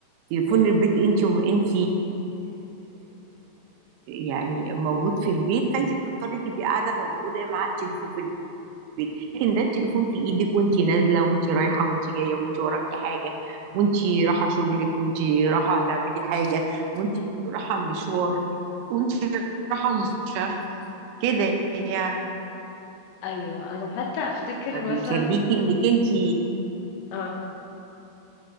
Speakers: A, on the right; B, on the left.
A: تليفون
B: مم.
A: البيت انت انت يعني موجود في البيت فانت بتضطري تبقي قاعده موجوده مع التليفون في البيت لكن ده التليفون في ايدك وانت نازله وانت رايحه وانت جايه وانت وراكي حاجه وانت رايحه شغلك وانت رايحه تعملي حاجه وانت
B: مم.
A: رايحه مشوار وانت رايحه مستشفى كده يعني
B: ايوه انا حتى افتكر
A: بيخليكي
B: مثلا
A: انك انت
B: اه